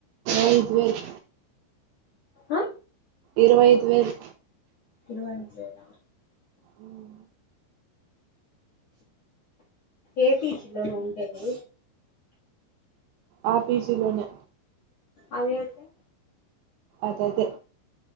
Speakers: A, on the right (about 85°); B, on the left (about 60°).
A: ఐదు వేలు
B: ఆ
A: ఇరవై ఐదు వేలు
B: ఇరవై ఐదు వేల
A: ఉమ్,
B: ఏ పీ జి లో నువ్ ఉండేది
A: ఆ పి జీలోనే
B: అదే అంటే
A: నాకైతే